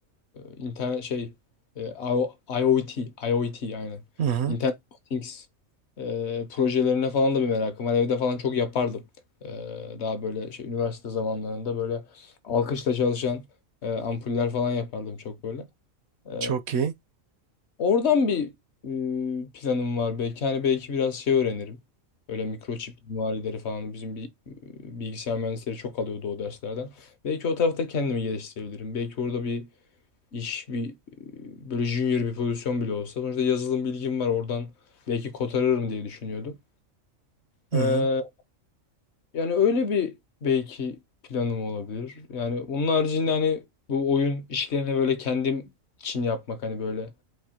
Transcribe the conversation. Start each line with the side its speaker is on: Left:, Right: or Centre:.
Left: internet şey e, IO- IoT IoT aynen.
Right: Hı hı.
Left: Internet of Things e, projelerine falan da bir merakım var. Evde falan çok yapardım. E, daha böyle şey, üniversite zamanlarında böyle alkışla çalışan e, ampuller falan yapardım çok böyle. E,
Right: Çok iyi.
Left: Oradan bir e, planım var belki. Hani belki biraz şey öğrenirim. Öyle mikroçip mimarileri falan. Bizim bir e, bilgisayar mühendisleri çok alıyordu o derslerden. Belki o tarafta kendimi geliştirebilirim. Belki orada bir iş, bir e, böyle junior bir pozisyon bile olsa. Sonuçta yazılım bilgim var oradan. Belki kotarırım diye düşünüyordum.
Right: Hı
Left: Ee,
Right: hı.
Left: yani öyle bir belki planım olabilir. Yani onun haricinde hani bu oyun işlerini böyle kendim için yapmak hani böyle